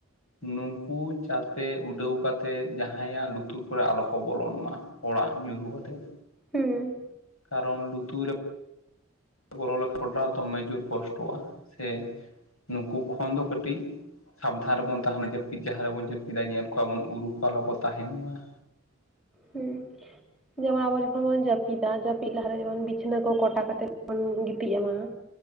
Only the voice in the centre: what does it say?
ᱦᱩᱸ
ᱦᱩᱸ ᱡᱮᱢᱚᱱ ᱟᱵᱚ ᱡᱚᱠᱷᱚᱱ ᱵᱚᱱ ᱡᱟᱹᱯᱤᱫᱟ ᱡᱟᱹᱯᱤᱫ ᱞᱟᱦᱟᱨᱮ ᱡᱮᱢᱚᱱ ᱵᱤᱪᱷᱟᱹᱱᱟ ᱠᱚ ᱠᱚᱴᱟ ᱠᱟᱛᱮᱫ ᱵᱚᱱ ᱜᱤᱛᱤᱡ ᱮᱢᱟ ᱾